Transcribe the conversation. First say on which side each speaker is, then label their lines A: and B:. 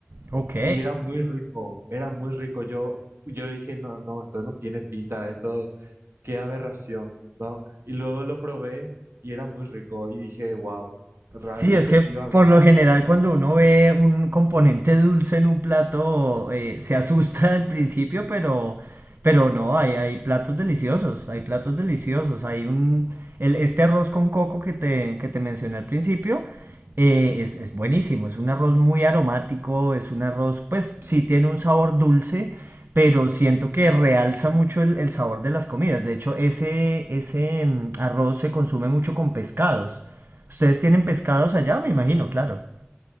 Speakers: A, on the right (about 65°); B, on the right (about 80°).
A: Ok.
B: y era muy rico, era muy rico. Yo, yo dije, no, no, esto no tiene pinta, esto, qué aberración, ¿no? Y luego lo probé y era muy rico y dije, wow, realmente
A: Sí, es que
B: sí
A: por
B: va bien.
A: lo general cuando uno ve un componente dulce en un plato eh, se asusta al principio, pero, pero no, hay, hay platos deliciosos, hay platos deliciosos, hay un, el- este arroz con coco que te, que te mencioné al principio eh, es, es buenísimo, es un arroz muy aromático, es un arroz, pues sí tiene un sabor dulce, pero siento que realza mucho el, el sabor de las comidas. De hecho, ese, ese mm, arroz se consume mucho con pescados. Ustedes tienen pescados allá, me imagino, claro.